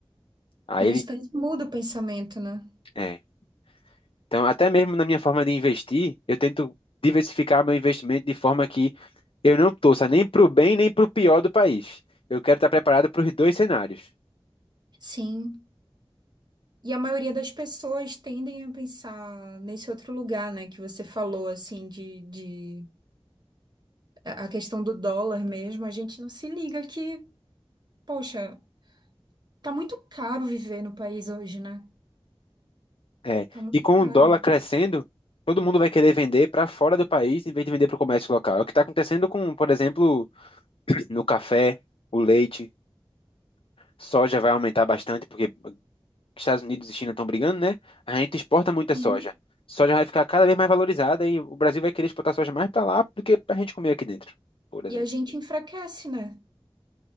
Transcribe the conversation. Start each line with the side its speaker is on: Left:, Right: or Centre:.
Left: Aí
Right: No
Left: ele,
Right: instante muda o pensamento, né?
Left: é. Então, até mesmo na minha forma de investir, eu tento diversificar meu investimento de forma que eu não torça nem pro bem nem pro pior do país. Eu quero estar preparado para os dois cenários.
Right: Sim. E a maioria das pessoas tendem a pensar nesse outro lugar, né? Que você falou, assim, de, de... A a questão do dólar mesmo. A gente não se liga que, poxa, tá muito caro viver no país hoje, né?
Left: É.
Right: Tá muito
Left: E com
Right: caro.
Left: o dólar crescendo, todo mundo vai querer vender para fora do país em vez de vender para o comércio local. É o que está acontecendo com, por exemplo, no café, o leite, soja vai aumentar bastante porque que Estados Unidos e China estão brigando, né? A gente exporta muita
Right: Sim.
Left: soja. Soja vai ficar cada vez mais valorizada e o Brasil vai querer exportar soja mais para lá do que para a gente comer aqui dentro, por exemplo.
Right: E a gente enfraquece, né?